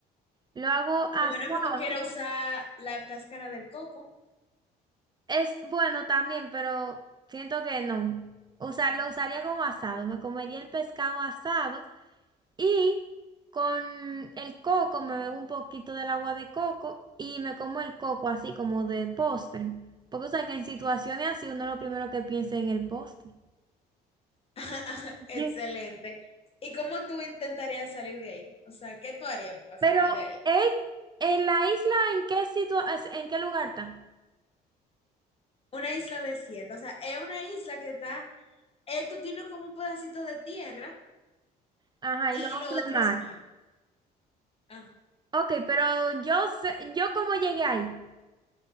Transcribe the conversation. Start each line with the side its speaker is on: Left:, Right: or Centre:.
Right: Lo hago asado.
Left: a menos que tú quieras usar la cáscara del coco.
Right: Es bueno también, pero siento que no. O sea, lo usaría como asado, me comería el pescado asado Y con el coco me bebo un poquito del agua de coco y me como el coco así como de postre. Porque, o sea, que en situaciones así uno lo primero que piensa es en el postre.
Left: <laughs> Excelente.
Right: Ye-
Left: ¿Y cómo tú intentarías salir de ahí? O sea, ¿qué tú harías para
Right: Pero,
Left: salir de ahí?
Right: ¿eh? ¿en la isla en qué situa es- en qué lugar está?
Left: Una isla desierta, o sea, es una isla que está, eh, tú tienes como un pedacito de tierra
Right: Ajá,
Left: y
Right: y lo otro
Left: lo otro
Right: es mar.
Left: es mar. Ajá.
Right: Ok, pero yo sé, yo cómo llegué ahí.